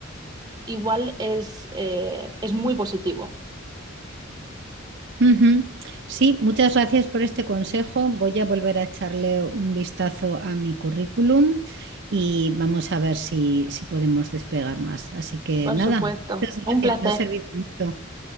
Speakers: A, on the right (about 20°); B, on the right (about 60°).
A: igual es, eh, es muy positivo.
B: Ujú. Sí, muchas gracias por este consejo. Voy a volver a echarle un vistazo a mi currículum y vamos a ver si, si podemos despegar más. Así que
A: Por
B: nada,
A: supuesto.
B: muchas
A: Un
B: gracias,
A: placer.
B: me ha servido mucho.